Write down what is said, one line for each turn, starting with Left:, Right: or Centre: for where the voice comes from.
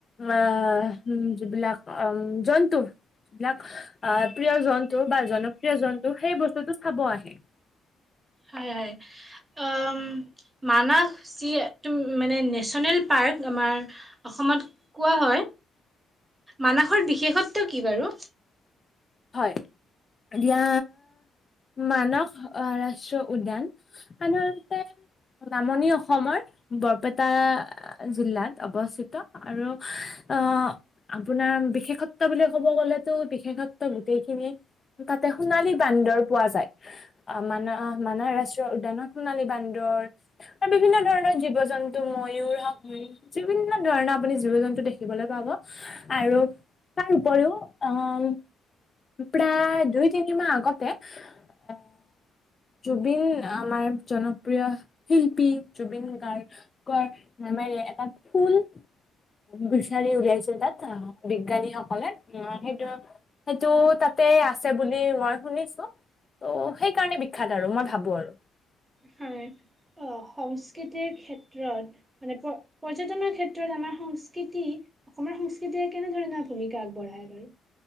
Left: অ', যিবিলাক জন্তু যিবিলাক আহ প্ৰিয় জন্তু বা জনপ্ৰিয় জন্তু সেই বস্তুটো চাব আহে।
Right: হয় হয়, উম মানাস যি এইটো মানে নেশ্যনেল পাৰ্ক আমাৰ অসমত কোৱা হয়, মানসৰ বিশেষত্ব কি বাৰু?
Left: হয়, দিয়া মানস ৰাষ্ট্ৰীয় উদ্যান সাধাৰণতে নামনি অসমৰ বৰপেটা জিলাত অৱস্থিত আৰু আহ আপোনাৰ বিশেষত্ব বুলি ক'ব গ'লেতো বিশেষত গোটেইখিনি তাতে সোণালী বান্দৰ পোৱা যায়। মান মানাহ ৰাষ্ট্ৰীয় উদ্যানত সোণালী বান্দৰ আৰু বিভিন্ন ধৰণৰ জীৱ জন্তু ময়ুৰ হওক বিভিন্ন ধৰণৰ আপুনি জীৱ জন্তু দেখিবলৈ পাব আৰু তাৰ উপৰিও অ', প্ৰায় দুই তিনি মাহ আগতে এ জুবিন আমাৰ জনপ্ৰিয় শিল্পী জুবিন গাৰ্গ <unintelligible> এটা ফুল বিচাৰি উলিয়াইছিল তাত বিজ্ঞানীসকলে উ সেইটো সেইটো তাতে আছে বুলি মই শুনিছো ত', সেইকাৰণে বিখ্যাত আৰু মই ভাবো আৰু।
Right: হয় অ', সংস্কৃতিৰ ক্ষেত্ৰত মানে প-পৰ্যটনৰ ক্ষেত্ৰত আমাৰ সংস্কৃতি অসমীয়া সংস্কৃতিয়ে কেনেধৰণৰ ভূমিকা আগবঢ়ায় বাৰু?